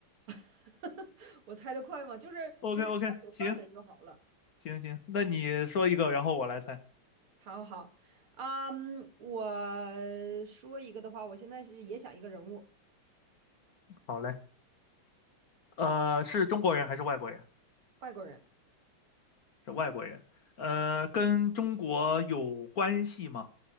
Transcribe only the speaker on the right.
<laughs> 我猜得快吗？就是其实只要有范围就好了。
好好，啊嗯，我说一个的话，我现在是也想一个人物，
外国人，